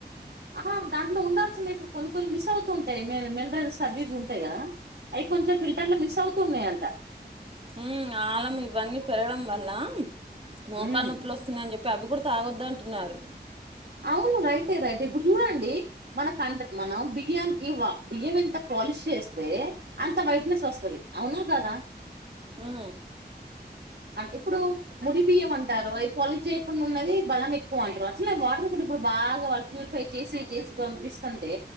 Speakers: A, on the right (about 65°); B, on the right (about 30°).
A: ఆ దాంట్లో ఉండాల్సినవి ఇప్పుడు కొన్ని కొన్ని మిస్ అవుతూ ఉంటాయి, మ మినరల్స్ అవి ఇవి ఉంటాయి కదా. అయి కొంచెం ఫిల్టర్ లో మిస్ అవుతూ ఉన్నాయి అంట
B: హ్మ్ ఆలం ఇవన్నీ పెరగడం వల్ల మోకాలు
A: ఉమ్
B: నొప్పులు వస్తున్నాయని చెప్. ఇప్పుడు అవి కూడ తాగొద్దు అంటున్నారు
A: అవును రైటె రైటె ఇప్పుడు చూడండి మన తండ్రు మనం బియ్యానికి వా బియ్యం ఎంత. పాలిష్ చేస్తే అంత వైట్ నెస్ వస్తది అవునా, కదా.
B: హు
A: ఇప్పుడు ముడి బియ్యం అంటారు, అవి పొలు చేయకుండా ఉన్నది బలం ఎక్కువ అంటారు అట్లనే వా. ఇప్పుడిప్పుడు బాగా వా ప్యూరిఫై చేసి చేసి పనిపిస్తుంటే